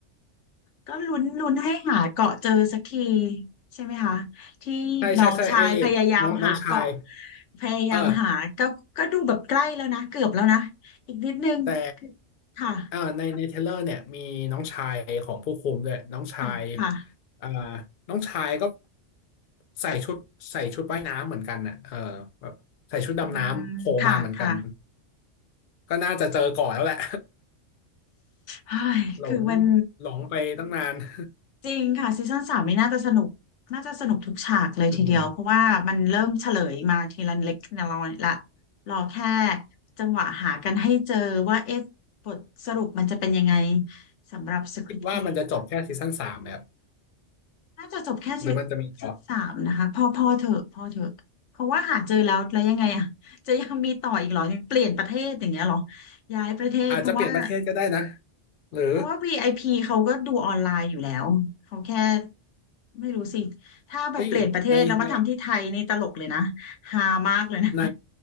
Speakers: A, on the left; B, on the left.
A: ก็ลุ้นลุ้นให้หาเกาะเจอสักทีใช่ไหมคะที่น้องชายพยายามหาเกาะ
B: ใช่ใช่ใช่เอ๊ะน้องน้องชาย
A: พยายามหาก็ก็ดูแบบใกล้แล้วนะเกือบแล้วนะอีกนิดนึง
B: เออแต่
A: ค่ะ
B: เออในในเทรลเลอร์เนี่ยมีน้องชายของผู้คุมด้วยน้องชาย
A: ค่ะค่ะ
B: เอ่อน้องชายก็ใส่ชุดใส่ชุดว่ายน้ำเหมือนกันน่ะเออแบบใส่ชุดดำน้ำโผล่มาเหมือนกัน
A: อืมค่ะค่ะ
B: ก็น่าจะเจอก่อนแล้วแหละ
A: เฮ้ยคือมัน
B: หลงหลงไปตั้งนาน <laughs>
A: จริงค่ะซีซั่นสามนี่น่าจะสนุกน่าจะสนุกทุกฉากเลยทีเดียวเพราะว่ามันเริ่มเฉลยมาทีละเล็กทีละน้อยละ
B: อืม
A: รอแค่จังหวะหากันให้เจอว่าเอ๊ะบทสรุปมันจะเป็นยังไงสำหรับ Squid
B: คิดว่ามันจะจบแค่ซีซั่นสามแบบ
A: Game น่าจะจบแค่ซี
B: หรือมันจะมีต่อ
A: ซั่นสามนะคะพอพอเถอะพอเถอะเพราะว่าหาเจอแล้วแล้วยังไงอ่ะจะยังมีต่ออีกเหรอยังเปลี่ยนประเทศอย่างเงี้ยเหรอย้ายประเทศเพราะว่า
B: อาจจะเปลี่ยนประเทศก็ได้นะหรือ
A: เพราะว่า VIP เขาก็ดูออนไลน์อยู่แล้วเขาแค่ไม่รู้สิถ้าแบบเปลี่ยนประเทศแล้วมาทำที่ไทยนี่ตลกเลยนะ
B: เฮ้ยในใน
A: ฮามากเลยนะ
B: ใน